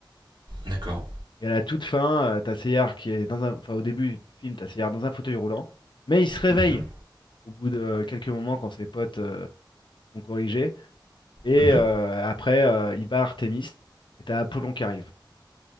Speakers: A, on the right (about 65°); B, on the left (about 70°).
A: D'accord.
B: Et à la toute fin, euh, t'as Seyard qui est dans un... Enfin, au début du film, t'as Seyard dans un fauteuil roulant, mais il se réveille
A: Mhm,
B: au bout de euh, quelques moments quand ses potes euh, sont corrigés. Et
A: mhm.
B: euh, après, euh, il bat Artemis, et t'as Apollon qui arrive.